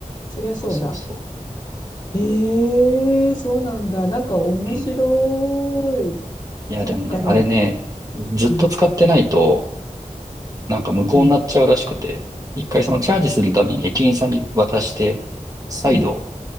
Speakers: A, on the left (about 30°); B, on the right (about 25°).
A: そりゃそうだ。
B: そうそうそ
A: ええそうなんだ。なんか面白い。
B: う。うん。いや、
A: そっか、
B: でもね、
A: でも、
B: あれね、ずっと使ってないと、
A: うん、
B: なんか無効になっちゃうらしくて、
A: うん、
B: 一回そのチャージするために駅員さんに渡して、再度、
A: うん。